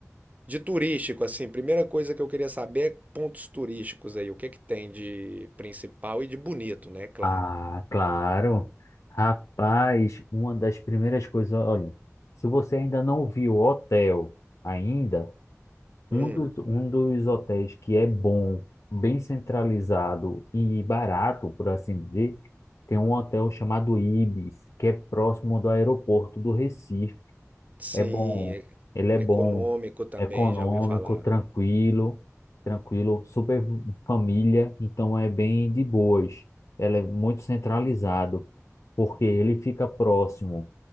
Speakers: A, on the right; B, on the left.
A: De turístico, assim, primeira coisa que eu queria saber é pontos turísticos aí. O que é que tem de principal e de bonito, né? Claro.
B: ah, claro. Rapaz, uma das primeiras coisas, olha, se você ainda não viu o hotel ainda,
A: Hum,
B: Um dos, um dos hotéis que é bom, bem centralizado e barato, por assim dizer, tem um hotel chamado Ibis, que é próximo do aeroporto do Recife.
A: sim,
B: É bom,
A: e-
B: ele é
A: econômico
B: bom,
A: também,
B: econômico,
A: já ouvi falar.
B: tranquilo, tranquilo, super família, então é bem de boas. Ele é muito centralizado, porque ele fica próximo